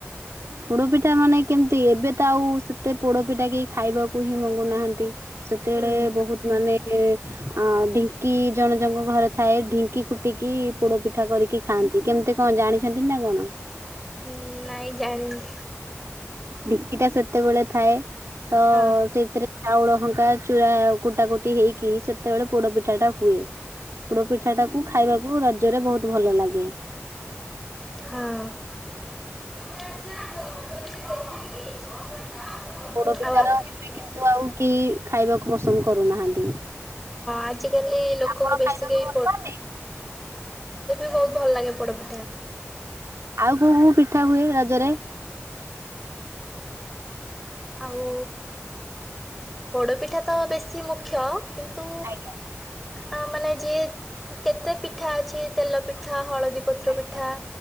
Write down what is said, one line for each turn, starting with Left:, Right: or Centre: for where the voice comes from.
Right: ପୋଡପିଠା ମାନେ କେମତି ଏବେ ତ ଆଉ ସେତେ ପୋଡପିଠା କେହି ଖାଇବାକୁ ହିଁ ମଙ୍ଗୁନାହାନ୍ତି। ସେତେବେଳେ
Centre: ହୁଁ।
Right: ବୋହୁତ ମାନେ ଏ ଅଁ ଢିଙ୍କି ଜଣ ଜଣଙ୍କ ଘରେ ଥାଏ ଢିଙ୍କି କୁଟିକି ପୋଡ ପିଠା କରିକି ଖାଆଁ ନ୍ତି କେମତି କଣ ଜାଣିଛନ୍ତି ନା କଣ?
Centre: ଉଁ ନାଇଁ ଜାଣିନି
Right: ଢିଙ୍କିଟା ସେତେବେଳେ ଥାଏ ତ
Centre: ହଁ
Right: ସେଇଥିରେ ଚାଉଳ ହଙ୍କା ଚୂରା କୁଟାକୁଟି ହେଇକି ସେତେବେଳେ ପୋଡ ପିଠାଟା ହୁଏ। ପୋଡ ପିଠାଟାକୁ ଖାଇବାକୁ ରଜରେ ବୋହୁତ ଭଲଲାଗେ।
Centre: ହଁ।
Right: ପୋଡ ପିଠାର
Centre: ଆଉ ହଁ
Right: ଏବେ କିନ୍ତୁ ଆଉ କେହି ଖାଇବାକୁ ପସନ୍ଦ କରୁନାହାନ୍ତି।
Centre: ଆଜିକାଲି ଲୋକଙ୍କୁ
Right: ଆପଣ
Centre: ବେଶୀ
Right: ଖାଇବାକୁ
Centre: କେହି
Right: ଭଲ ପାଆନ୍ତି?
Centre: ବୋହୁତ ଭଲଲାଗେ ପୋଡପିଠା।
Right: ଆଉ କୋଉ କୋଉ ପିଠା ହୁଏ ରଜରେ?
Centre: ଆଉ ପୋଡପିଠା ତ ବେଶୀ ମୁଖ୍ୟ। କିନ୍ତୁ
Right: ଆଜ୍ଞା
Centre: ଆ ମାନେ ଯିଏ କେତେ ପିଠା ଅଛି ତେଲ ପିଠା ହଳଦୀ ପତ୍ର
Right: ଆଜ୍ଞା
Centre: ପିଠା